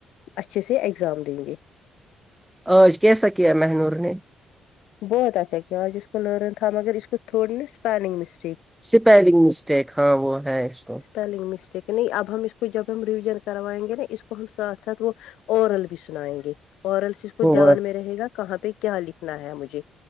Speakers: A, on the left; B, in the centre.
A: اچھے سے اگزام دیں گے
B: آج کیسا کیا مہنور نے
A: بہت اچھا کیاج اس کو لئرن تھا مگر اسس کو تھوڑ نا اسپلنگ مس
B: سپیلنگ مسٹیک ہاں وہ ہے اس کو
A: اسپیلنگ مسٹیک نہیں اب ہم اس کو جب ہم ریویژن کروائیں گے نا اس کو ہم سھ ساتھ وہ اورل بھی سنائیں گے اورل سے اس کو
B: ہو
A: دھیان میں رہے گا کہاں پہ کیا لکھنا ہے مجھے